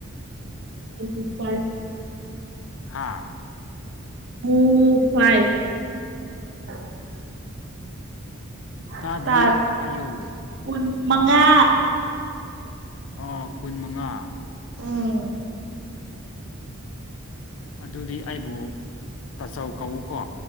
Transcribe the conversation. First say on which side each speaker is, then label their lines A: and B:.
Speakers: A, on the right; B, on the left.
A: ꯇꯋꯦꯟꯇꯤ ꯐꯥꯏꯚ
B: ꯍꯥꯥ
A: ꯇꯋꯦꯟꯇꯤ ꯐꯥꯏꯚ <inaudible>
B: ꯇꯥꯗꯤꯌꯦ
A: ꯇꯥꯠ
B: ꯑꯃꯨꯛꯀ ꯍꯥꯏꯌꯨ
A: ꯀꯨꯟ ꯃꯉꯥ
B: ꯑꯣ ꯀꯨꯟ ꯃꯉꯥ
A: ꯎꯝ
B: ꯑꯗꯨꯗꯤ ꯑꯩꯕꯨ ꯇꯥꯆꯧ ꯀꯧꯀꯣ